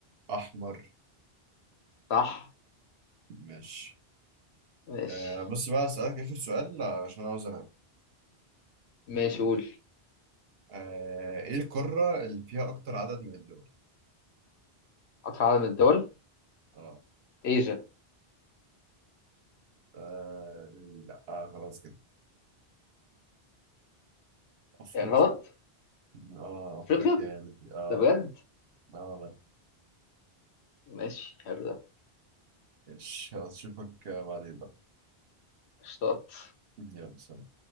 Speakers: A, on the right; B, on the left.
A: أحمر
B: صح
A: ماشي
B: ماشي
A: آه بص بقى أسألك آخر سؤال عشان أوزن
B: ماشي قول
A: آه، ايه القارة اللي فيها اكتر عدد من الدول؟
B: اكتر عدد من الدول
A: اه,
B: ايجا
A: آه لا آه خلاص كده افريقيا
B: إيه غلط
A: اه
B: افريقيا
A: افريقيا هي اللي في- اه
B: ده بجد
A: اه والله
B: ماشي حلو ده
A: إيش، خلاص اشوفك آه، بعدين بقى
B: اشتاط
A: يلا سلام.